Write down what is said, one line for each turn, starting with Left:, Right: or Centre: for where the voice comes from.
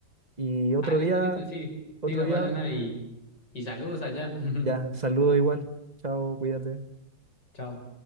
Right: Y otro
Left: Ah, listo,
Right: día,
Left: listo, sí,
Right: otro
Left: sí, no
Right: día,
Left: pasa nada y, y saludos allá. <laughs>
Right: ya, saludo igual. Chao, cuídate.
Left: Chao.